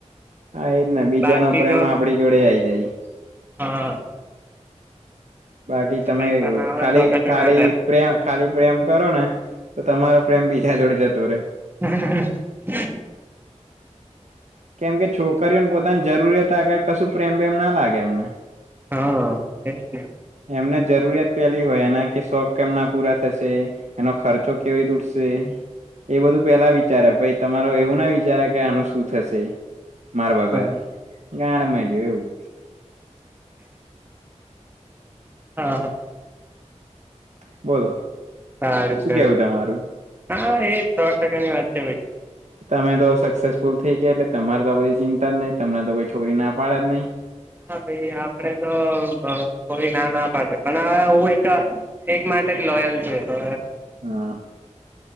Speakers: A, on the right; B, on the right.
A: હા એ જ ને બીજા
B: બાકી
A: નો પ્રેમ
B: તો
A: આપડી જોડે આઈ જાય
B: હા.
A: બાકી તમે
B: પૈસા ના હોય
A: ખાલી
B: તો કશું
A: ખાલી
B: ના થાય
A: પ્રેમ ખાલી પ્રેમ કરો ને તો તમારો પ્રેમ બીજા જોડે જતો રે
B: <inaudible>
A: કેમ કે છોકરીઓને પોતાની જરૂરિયાત આગળ કશું પ્રેમ પ્રેમ ના લાગે એમને
B: હા એજ ને
A: એમને જરૂરિયાત પેલી હોય એના કે શોખ કેમ ના પૂરા થશે. એનો ખર્ચો કેવી રીતે ઉઠશે એ બધું પેલા વિચારે ભાઈ તમારુ એવું ના વિચારે કે આનું શું થશે મારા વાગર
B: હા
A: ગાડમાં જો એવું
B: હા હા
A: બોલો
B: સારું
A: શું
B: છે
A: કેવું તમારું
B: હા એજ સો ટકાની વાત છે ભાઈ
A: તમે તો સક્સેસફુલ થઈ ગયા એટલે તમારે તો બધી ચિંતા જ નહીં તમને તો કોઈ છોકરી ના પાડે જ નહી
B: ના ભાઈ આપડે તો કોઈ ના ના પાડે પણ હવે હું એક એક માટે જ લોયલ છું તો
A: હા